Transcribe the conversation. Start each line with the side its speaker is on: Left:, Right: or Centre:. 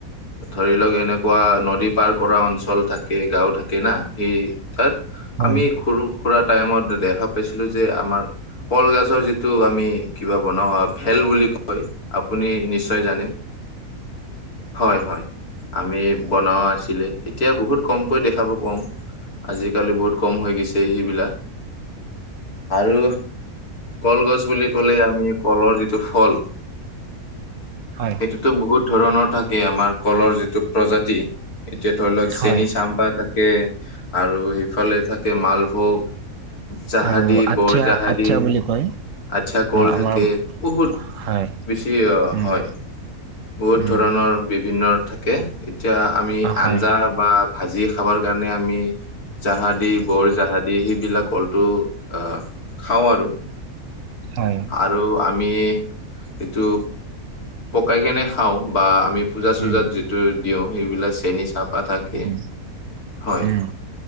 Left: ধৰি লওক এনেকুৱা নদী পাৰ কৰা অঞ্চল থাকে গাঁও থাকে না সি তাত
Right: হয়,
Left: আমি
Right: হয়,
Left: সৰু সুৰা টাইমত দেখা পাইছিলো যে আমাৰ কলগছৰ যিটো আমি কিবা বনাওঁ ভেল বুলি কয় আপুনি নিশ্চয় জানে হয় হয় আমি বনোৱা আছিলে এতিয়া বহুত কমকৈ দেখাব পাব আজিকালি বহুত কম হৈ গৈছে সিবিলা আৰু কলগছ বুলি ক'লে আমি কলৰ যিটো ফল।
Right: হয়,
Left: সেইটোতো বহুত ধৰণৰ থাকে আমাৰ কলৰ যিটো প্ৰজাতি এতিয়া ধৰি লওক চেনিচাম্পা
Right: হয়,
Left: থাকে আৰু সিফালে থাকে মালভোগ। জাহাদী,
Right: আৰু আঠিয়া,
Left: বৰজাহাদী।
Right: আঠিয়া বুলি কয়।
Left: আচ্ছা কল
Right: আমাৰ
Left: থাকে বহুত
Right: হয়,
Left: বেছি
Right: উম,
Left: হয়। বহুত
Right: উম,
Left: ধৰণৰ বিভিন্ন থাকে এতিয়া আমি
Right: হয়,
Left: আঞ্জা বা ভাজি খাবাৰ কাৰণে আমি জাহাদি বৰ জাহাদি সেইবিলাক কলটো আ খাওঁ আৰু।
Right: হয়,
Left: আৰু আমি এইটো পকাই কেনে খাওঁ বা আমি পূজা-চূজাত
Right: উম,
Left: যিটো দিওঁ সেইবিলাক চেন চাপ পা থাকে
Right: উম।
Left: হয়।
Right: উম,